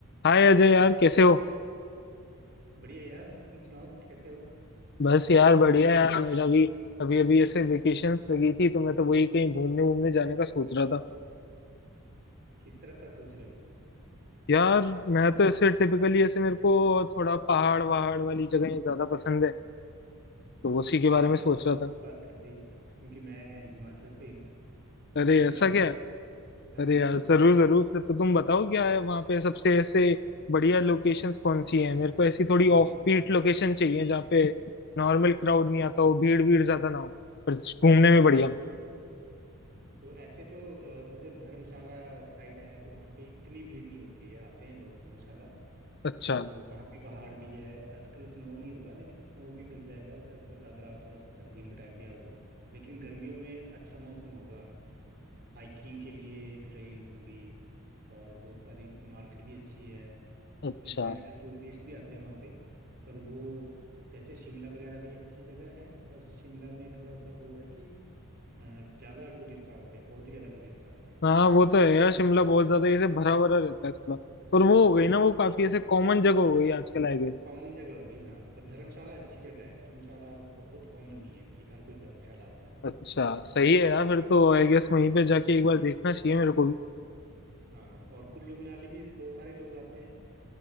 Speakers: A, on the left; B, on the right.
A: हाय अजय यार कैसे हो
B: बढ़िया यार तुम सुनाओ कैसे हो
A: बस यार बढ़िया यार मेरा भी अभी अभी ऐसे वेकेशंस लगी थी तो मैं तो वही कहीं घूमने घूमने जाने का सोच रहा था
B: किस तरफ का सोच रहे हो
A: यार मैं तो ऐसे टिपिकली ऐसे मेरे को थोड़ा पहाड़ वहाड़ वाली जगह ज्यादा पसंद है तो उसी के बारे
B: अरे ये
A: में सोच
B: तो बहुत
A: रहा
B: अच्छी
A: था
B: बात कर दी क्योंकि मैं हिमाचल से ही हूँ
A: अरे
B: तो इधर
A: ऐसा
B: आ जाओ
A: क्या है?
B: हाँ
A: अरे यार जरूर जरूर फिर तो तुम बताओ क्या है वहाँ पे सबसे ऐसे बढ़िया लोकेशंस कौन सी हैं मेरे को ऐसी थोड़ी
B: बढ़िया
A: ऑफ
B: लोकेशन
A: बीट लोकेशन चाहिए जहाँ पे नॉर्मल क्राउड नहीं आता हो भीड़ भीड़ ज्यादा ना हो पर घूमने में बढ़िया हो।
B: तो ऐसे तो अ, उधर धर्मशाला साइड है तो वहाँ पे इतनी भीड़ नहीं होती है आते हैं लोग धर्मशाला
A: अच्छा
B: तो वहाँ पे पहाड़ भी है आजकल स्नो नहीं होगा लेकिन स्नो भी मिल जाएगा जब अगर आप थोड़ा सा सर्दियों के टाइम पे आओगे लेकिन गर्मियों में अच्छा मौसम होगा हाइकिंग के लिए ट्रेल्स होंगी और बहुत सारी मार्केट भी अच्छी है
A: अच्छा
B: इंटरनेशनल टूरिस्ट भी आते हैं वहाँ पे पर वो जैसे शिमला वगैरह भी अच्छी जगह है पर शिमला में थोड़ा सा वो है कि अ, ज़्यादा टूरिस्ट आते हैं बहुत ही ज़्यादा टूरिस्ट आते हैं
A: हाँ वो तो है यार शिमला बहुत ज्यादा ऐसे भरा भरा रहता है थोड़ा पर वो
B: हाँ
A: हो गई ना वो काफी ऐसे कॉमन जगह हो गई आजकल आई गेस
B: कॉमन जगह होगी हाँ पर धर्मशाला अच्छी जगह है धर्मशाला बहुत कॉमन नहीं है कि हर कोई धर्मशाला आता है
A: अच्छा सही है यार
B: तो
A: फिर तो आई गेस वहीं पे जाके एक बार देखना चाहिए मेरे को भी
B: हाँ और कुल्लू मनाली भी बहुत सारे लोग आते हैं